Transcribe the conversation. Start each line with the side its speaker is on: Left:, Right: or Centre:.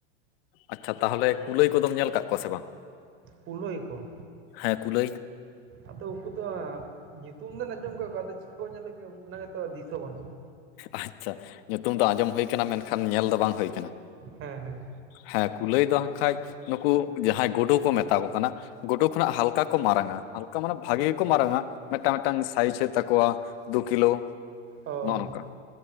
Left: ᱟᱪᱪᱷᱟ ᱛᱟᱦᱚᱞᱮ ᱠᱩᱞᱟᱹᱭ ᱠᱚᱫᱚᱢ ᱧᱮᱞ ᱠᱟᱫ ᱠᱚᱣᱟ ᱥᱮ ᱵᱟᱝ
Right: ᱠᱩᱞᱟ. ᱭ ᱠᱚ
Left: ᱦᱮᱸ ᱠᱩᱞᱟᱹᱭ
Right: ᱟᱫᱚ ᱩᱱᱠᱩ ᱛᱚ ᱟ.. ᱧᱩᱛᱩᱢ ᱫᱚᱱ ᱟᱸᱡᱚᱢ ᱠᱟ ᱜᱮᱭᱟ ᱟᱫᱚ ᱪᱤᱠᱟᱹ ᱠᱚ ᱧᱮᱞᱚ ᱜᱮᱭᱟ ᱚᱱᱟᱜᱮ ᱛᱚ ᱫᱤᱥᱟᱹ ᱵᱟᱹᱱᱩᱜᱼᱟ
Left: ᱟᱪᱪᱷᱟ ᱧᱩᱛᱩᱢ ᱫᱚ ᱟᱸᱡᱚᱢ ᱦᱩᱭᱩ ᱠᱟᱱᱟ ᱢᱮᱱᱠᱷᱟᱱ ᱧᱮᱞ ᱫᱚ ᱵᱟᱝ ᱦᱩᱭ ᱠᱟᱱᱟ
Right: ᱦᱮᱸ ᱦᱮᱸ
Left: ᱦᱮᱸ ᱠᱩᱞᱟᱹᱭ ᱫᱚᱦᱟᱜ ᱠᱷᱟᱡ ᱱᱩᱠᱩ ᱡᱟᱦᱟᱸᱭ ᱜᱩᱰᱩ ᱠᱚ ᱢᱮᱛᱟ ᱠᱚ ᱠᱟᱱᱟ ᱜᱩᱰᱩ ᱠᱷᱚᱱᱟᱜ ᱦᱟᱞᱠᱟ ᱠᱚ ᱢᱟᱨᱟᱝᱟ ᱦᱟᱞᱠᱟ ᱢᱟᱱᱮ ᱵᱷᱟᱜᱤ ᱜᱮᱠᱚ ᱢᱟᱨᱟᱝᱟ ᱢᱮᱫᱴᱟᱝ ᱢᱮᱫᱴᱟᱝ ᱥᱟᱭᱤᱡ ᱦᱩᱭᱩᱜ ᱛᱟᱠᱚᱣᱟ ᱫᱩ ᱠᱤᱞᱳ
Right: ᱚ
Left: ᱱᱚᱜᱼᱚ ᱱᱚᱝᱠᱟ